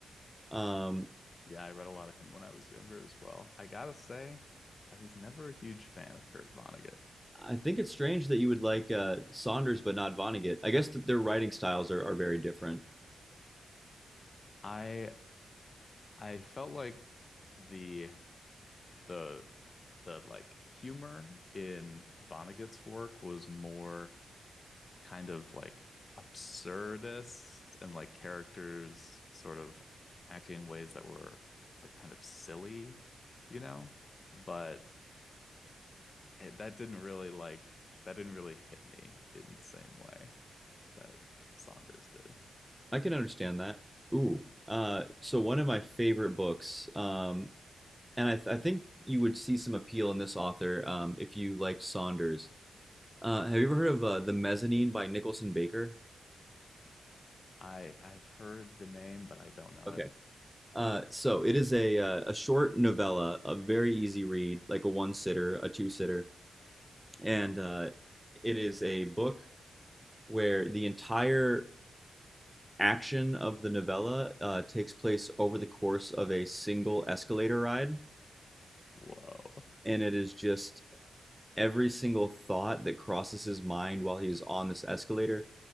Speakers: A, in the centre; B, on the left.
A: Um,
B: Yeah. I read a lot of him when I was younger as well. I gotta say, I was never a huge fan of Kurt Vonnegut.
A: I think it's strange that you would like uh, Saunders but not Vonnegut. I guess that their writing styles are, are very different.
B: I I felt like the the the like humor in Vonnegut's work was more kind of like absurdist and like characters sort of acting in ways that were like kind of silly, you know? But it, that didn't really like that didn't really hit me in the same way that Saunders did.
A: I can understand that. Ooh. Uh, so one of my favorite books um, and I, th- I think you would see some appeal in this author um, if you liked Saunders. Uh, have you ever heard of uh, The Mezzanine by Nicholson Baker?
B: I I've heard the name, but I don't know
A: Okay.
B: it.
A: Uh, so it is a uh, a short novella, a very easy read, like a one sitter, a two sitter, and uh, it is a book where the entire action of the novella uh, takes place over the course of a single escalator ride,
B: Whoa.
A: and it is just every single thought that crosses his mind while he's on this escalator.